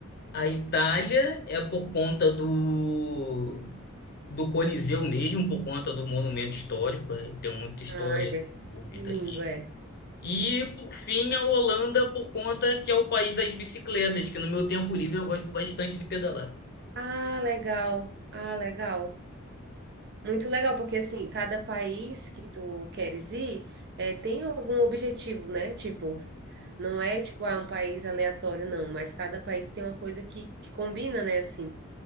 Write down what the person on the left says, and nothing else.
a Itália é por conta do do Coliseu mesmo, por conta do monumento histórico, é, tem muita história
envolvida
ali.
E por fim a Holanda por conta que é o país das bicicletas, que no meu tempo livre eu gosto bastante de pedalar.